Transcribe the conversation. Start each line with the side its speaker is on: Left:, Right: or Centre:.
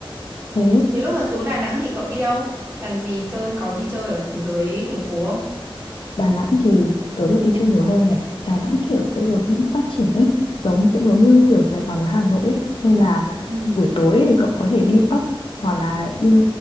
Left: thế
Right: Thế lúc mà xuống Đà Nẵng thì cậu đi đâu? Làm gì chơi, có gì chơi ở dưới thành phố không?
Left: Đà Nẵng thì tớ được đi chơi nhiều hơn này Đà Nẵng kiểu bây giờ cũng phát triển ấy giống cũng giống như kiểu Sài Gòn với Hà Nội ấy. nên là
Right: Ừ.
Left: buổi tối thì cậu có thể đi pub hoặc là đi